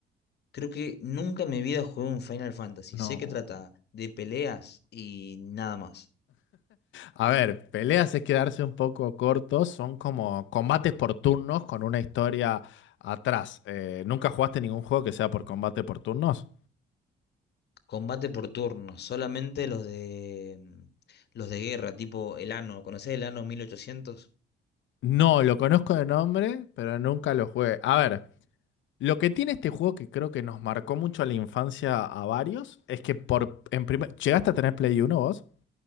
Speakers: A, on the left (about 55°); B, on the left (about 70°).
A: Creo que nunca en mi vida jugué un Final Fantasy.
B: No.
A: Sé que trata de peleas y nada más.
B: A ver, peleas es quedarse un poco cortos, son como combates por turnos con una historia atrás. Eh, ¿nunca jugaste ningún juego que sea por combate por turnos?
A: Combate por turnos, solamente los de mm, los de guerra, tipo el Anno. ¿Conocés el ano 1800?
B: No, lo conozco de nombre, pero nunca lo jugué. A ver, Lo que tiene este juego que creo que nos marcó mucho a la infancia a varios es que por en primer, ¿llegaste a tener Play 1 vos?